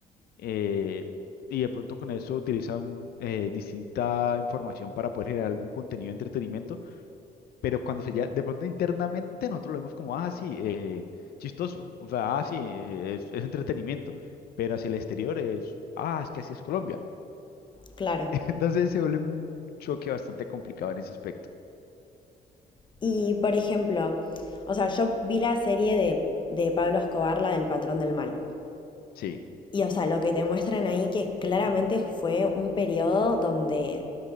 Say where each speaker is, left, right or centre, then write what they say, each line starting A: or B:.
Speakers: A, on the left (about 70°); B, on the left (about 30°).
A: eh, y de pronto con eso utilizan eh, distinta información para poder generar algún contenido de entretenimiento, pero cuando se ya, de pronto internamente nosotros lo vemos como, ah, sí, eh, chistoso, o sea, ah, sí, eh, es, es entretenimiento, pero hacia el exterior es, ah, es que así es Colombia.
B: claro.
A: <laughs> Entonces se vuelve un choque bastante complicado en ese aspecto.
B: Y por ejemplo, o sea, yo vi la serie de, de Pablo Escobar, la del Patrón del Mal.
A: Sí,
B: Y o sea, lo que te muestran ahí que claramente fue un periodo donde,